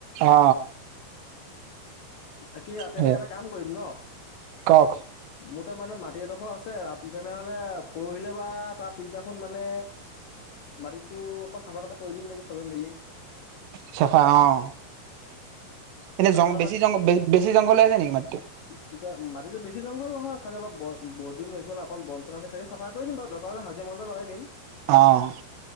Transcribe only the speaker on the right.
অ
সেই
কওক।
চাফা অ'। এনে
জং বেছি জং বে-বেছি জংঘল হৈ আছে নেকি মাটিটো।
অ'।